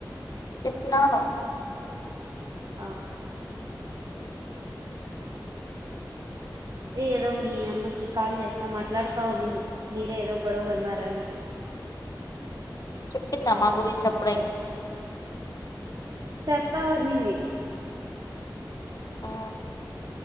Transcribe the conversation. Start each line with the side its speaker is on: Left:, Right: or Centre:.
Left: చెప్నాను
Right: ఆ ఏదో మీ అమ్మకి కాల్ చేస్తా మాట్లాడుతా ఉన్నింది మీరే ఏదో గొడవ పడ్నారు అని
Left: చెప్పిందా మా గురించి అప్పుడే
Right: చెప్తా ఉన్నింది
Left: ఆ